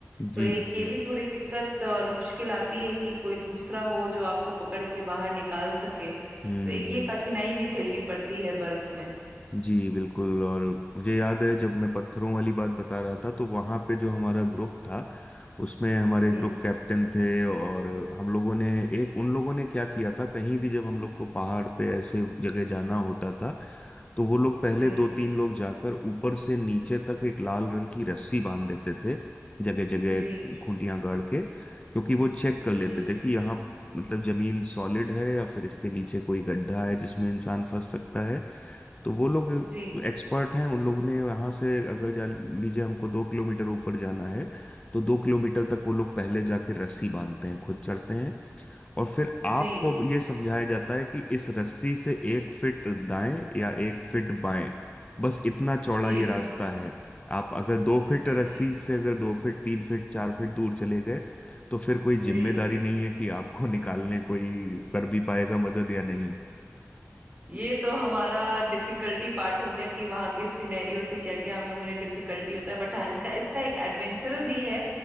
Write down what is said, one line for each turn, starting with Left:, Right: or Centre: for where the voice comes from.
Right: तो
Left: जी
Right: एक
Left: जी
Right: ये भी थोड़ी दिक्कत और मुश्किल आती है कि कोई दूसरा हो जो आपको पकड़ के बाहर निकाल सके तो
Left: हम्म
Right: एक ये
Left: हम्म
Right: कठिनाई भी झेलनी पड़ती है बर्फ में
Left: जी बिल्कुल और मुझे याद है जब मैं पत्थरों वाली बात बता रहा था तो वहाँ पे जो हमारा ग्रुप था उसमें हमारे
Right: जी
Left: ग्रुप कैप्टन थे और हम लोगों ने एक उन लोगों ने क्या किया था कहीं भी जब हम लोग को पहाड़ पे ऐसे जगह जाना होता था तो वो लोग पहले
Right: जी
Left: दो तीन लोग जाकर ऊपर से नीचे तक एक लाल रंग की रस्सी बांध देते थे जगह जगह
Right: जी
Left: खूंटियां गाड़ के क्योंकि वो चेक कर लेते
Right: जी
Left: थे कि यहाँ मतलब जमीन सॉलिड है या फिर इसके नीचे कोई गड्ढा है जिसमें इंसान फंस सकता है तो वो लोग
Right: जी
Left: एक्सपर्ट हैं उन लोग ने वहां से अगर जा लीजिए हमको दो किलोमीटर ऊपर जाना है तो दो किलोमीटर तक वो लोग पहले जाके रस्सी बांधते हैं खुद चढ़ते हैं और फिर
Right: जी
Left: आपको
Right: जी
Left: ये समझाया जाता है कि इस रस्सी से एक फिट दाएं या एक फिट बाएं बस इतना चौड़ा
Right: जी
Left: ये रास्ता है आप अगर दो फीट
Right: जी
Left: रस्सी
Right: जी
Left: से अगर दो फीट तीन फीट चार फीट दूर चले गए तो फिर कोई
Right: जी
Left: जिम्मेदारी नहीं है कि आपको निकालने कोई कर भी पाएगा मदद या नहीं
Right: ये तो हमारा डिफिकल्टी पार्ट हो गया कि वहां के सिनेरियो से क्या क्या हम लोगों ने डिफिकल्टी होता है बट हाँ इनका इसका एक एडवेंचर भी है